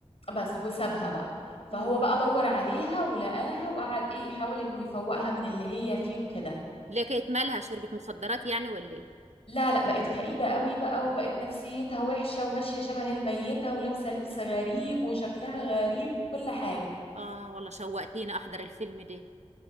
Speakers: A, on the left; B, on the right.
A: بس وسابها بقى
B: مم.
A: فهو بقى دور عليها ولقاها وقعد ايه يحاول انه يفوقها من اللي هي فيه وكده
B: ليه كانت مالها شربت مخدرات يعني ولا ايه
A: لا لا بقت كئيبة قوي بقى وبقت نفسيتها وحشة وماشية شبه الميتة ولابسة لبس غريب وشكلها غريب وكل حاجة
B: اه والله شوقتيني احضر الفيلم ده